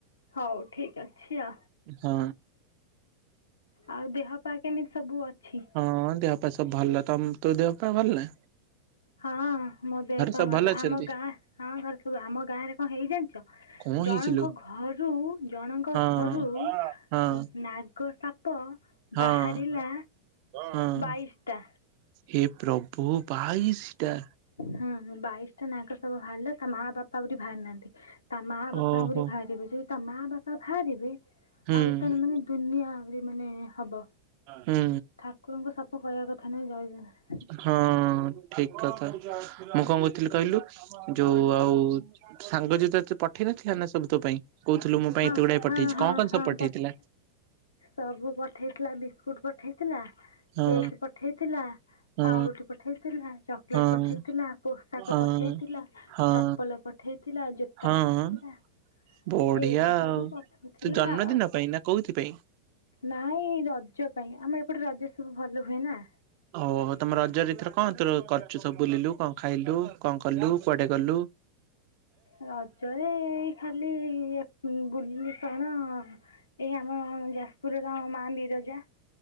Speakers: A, on the left; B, on the right.
A: ହଉ ଠିକ ଅଛି ଆ।
B: ହଁ।
A: ଆଉ ଦେହ ପା କେମିତି ସବୁ ଅଛି?
B: ହଁ ଦେହ ପାଆ ସବୁ ଭଲ ତମ ତୋ ଦେହ ପାଆ ଭଲ ନାଁ?
A: ହଁ ମୋ ଦେହ ପାଆ
B: ସବୁ
A: ଭଲ
B: ଅଛନ୍ତି?
A: ଆମ ଗାଁ ହଁ ହଁ ଯଉ ଆମ ଗାଁରେ କଣ ହେଇ ଜାଣିଛ?
B: କଣ
A: ଜଣଙ୍କ
B: ହେଇଛି ଲୋ
A: ଘରୁ ଜଣଙ୍କ
B: ହଁ
A: ଘରୁ ଉଁ
B: ହଁ
A: ନାଗ ସାପ୍ ପ୍
B: ହଁ।
A: ବାହାରିଲା
B: ହଁ
A: ବାଇଶିଟା।
B: ହେ ପ୍ରଭୁ ବାଇଶିଟା।
A: ହୁଁ ହୁଁ ବାଇଶଟା ନାଗ ସାପ ବାହାରିଲା ତା ମା ବାପା ଆହୁରି ବାହାରି ନାହାଁନ୍ତି। ତା ମା ବାପା
B: ଓହୋ।
A: ଆହୁରି ଭାରିବେ, ଯଦି ତା ମା ବାପା ଭାରିବେ
B: ହୁଁ।
A: ଆହୁରି ତାନଲେ ମାନେ ଦୁନିଆ ଆହୁରି ମାନେ ହବ।
B: ହୁଁ
A: ଠାକୁରଙ୍କ ସାପ କହିବା କଥା ନୁହେଁ ଜୟ ଜଗନ୍ନାଥ।
B: ହଁ ଠିଁକ କଥା ମୁଁ କଣ କହୁଥିଲି କହିଲୁ? ଯୋଉଁ ଆଉ ସାଙ୍ଗ ଯଉ ତୋତେ ପଠେଇ ନ ଥିଲା ନାଁ ସବୁ ତୋ ପାଇଁ। କହୁଥିଲୁ ମୋ ପାଇଁ
A: ହଁ
B: ଏତେ ଗୁଡାଏ
A: ହଁ
B: ପଠେଇଛି,
A: ହଁ
B: କଣ କଣ
A: ହଁ
B: ସବୁ ପଠେଇଥିଲା?
A: ପଠେ ସବୁ ପଠେଇଥିଲା ବିସ୍କୁଟ ପଠେଇଥିଲା,
B: ହଁ
A: କେକ୍ ପଠେଇଥିଲା,
B: ହଁ
A: ପାଉଁରୁଟି ପ୍ ପଠେଇଥିଲା, ଚକୋଲେଟ
B: ହଁ
A: ପଠେଇଥିଲା, ପୋଷାକ
B: ହଁ
A: ପଠେଇଥିଲା,
B: ହଁ
A: ଚପଲ ପଠେଇଥିଲା, ଯୋ
B: ହଁ
A: ତା ପଠେଇଥିଲା।
B: ବଢିଆ
A: ଏଇଗୁଡା
B: ଆଉ,
A: ସବୁ ପଠେଇଥିଲା
B: ତୋ ଜନ୍ମଦିନ
A: ଆଉ।
B: ପାଇଁ ନାଁ କୋଉଥି ପାଇଁ?
A: ନାଇଁ ରଜ ପାଇଁ ଆମ ଏପଟେରେ ରଜ ସବୁ ଭଲ ହୁଏ ନାଁ।
B: ଓଁ ହଁ ତମ ରଜରେ ଏଥର କଣ ତୋର କରୁଛୁ ସବୁ ବୁଲିଲୁ କଣ ଖାଇଲୁ କଣ କଲୁ କୁଆଡେ ଗଲୁ?
A: ରଜରେ ଏଁ ଇ ଖାଲି ଇଏ ବୁଲିଲି କଣ ଏଇ ଆମ ଯାଜପୁରର ମା ବିରଜା।